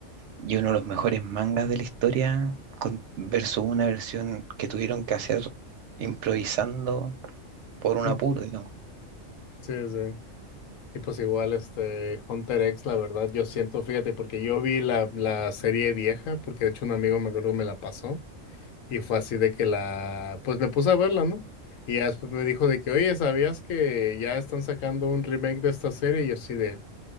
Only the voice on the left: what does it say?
<laughs>
mm,
sí, sí. Y pues igual este Hunter X, la verdad, yo siento, fíjate, porque yo vi la, la serie vieja, porque de hecho un amigo me acuerdo que me la pasó, y fue así de que la, pues me puse a verla, ¿no? Y ya después me dijo de que, oye, ¿sabías que ya están sacando un remake de esta serie? Y yo así de,